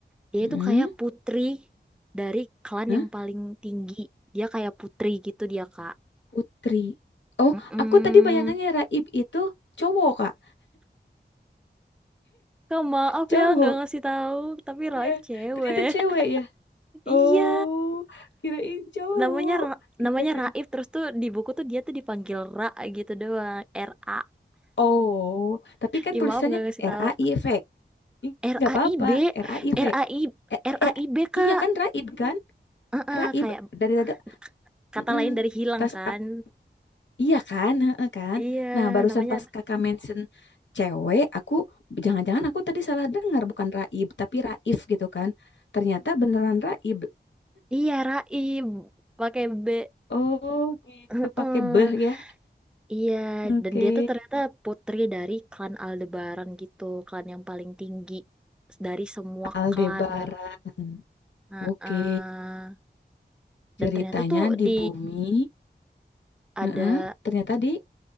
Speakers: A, in the centre; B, on the left.
A: Dia
B: Heeh.
A: itu kayak putri dari klan
B: Hah?
A: yang paling tinggi. Dia kayak putri gitu dia, Kak.
B: Putri. Oh,
A: Mm-mm.
B: aku tadi bayangannya Raib itu cowok, Kak.
A: Kak, maaf
B: Cowok.
A: ya nggak ngasih tahu, tapi Raif
B: Iya,
A: cewek.
B: ternyata cewek
A: <laughs>
B: ya. Oh,
A: Iya,
B: kirain cowok.
A: namanya Ra-
B: Iya,
A: namanya
B: iya.
A: Raif terus tuh di buku tuh dia tuh dipanggil Ra gitu doang, R A.
B: Oh, tapi kan
A: Ih,
B: tulisannya
A: maaf nggak ngasih tahu.
B: R A I V. Ih,
A: R
B: nggak
A: A
B: apa-apa
A: I B,
B: R A RAIV
A: R A I
B: eh,
A: R
B: oh,
A: A
B: eh,
A: I B Kak.
B: iya kan Raib kan
A: Heeh,
B: Raib
A: kayak
B: dari tadi
A: k- kata
B: mm-mm.
A: lain dari hilang
B: pas
A: kan.
B: ak- iya kan heeh kan
A: Iya,
B: nah barusan
A: namanya
B: pas kakak mention cewek aku jangan-jangan aku tadi salah dengar bukan Raib tapi Raif gitu kan ternyata beneran Raib
A: Iya, Raib pakai B.
B: oh gitu
A: Heeh,
B: pakai beh ya
A: iya,
B: oke
A: dan dia tuh ternyata putri dari klan Aldebaran gitu, klan yang paling tinggi dari semua
B: Aldebaran
A: klan. Heeh.
B: oke ceritanya
A: Dan ternyata tuh
B: di
A: di
B: bumi
A: ada
B: heeh, ternyata di